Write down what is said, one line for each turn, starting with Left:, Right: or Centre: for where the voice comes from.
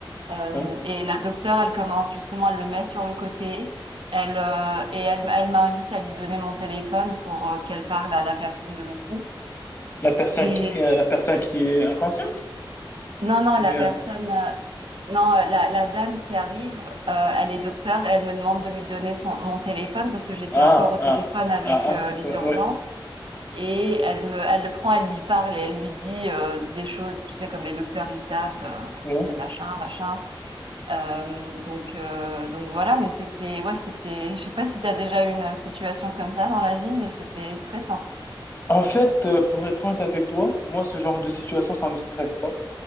Right: Euh,
Left: ouais.
Right: et la docteure, elle commence justement, elle le met sur le côté. Elle, euh, et elle, elle m'invite à lui donner mon téléphone pour euh, qu'elle parle à la personne de l'autre bout.
Left: La personne
Right: Et
Left: qui, euh, la personne qui est inconsciente?
Right: Non, non,
Left: Ou
Right: la
Left: bien,
Right: personne, euh, non, euh, la, la dame qui arrive, euh, elle est docteur et elle me demande de lui donner son, mon téléphone parce que j'étais
Left: ah,
Right: encore au téléphone
Left: ah,
Right: avec
Left: ah,
Right: euh,
Left: ah,
Right: les
Left: ouais,
Right: urgences
Left: ouais,
Right: et elle me, elle le prend, elle lui parle et elle lui dit euh, des choses, tu sais, comme les docteurs ils savent, euh,
Left: ouais.
Right: dit machin, machin. Euh, donc, euh, donc voilà, mais c'était, ouais, c'était, <laughs> je sais pas si t'as déjà eu une situation comme ça dans la vie, mais c'était stressant.
Left: En fait, euh, pour être honnête avec toi, moi, ce genre de situation, ça me stresse pas.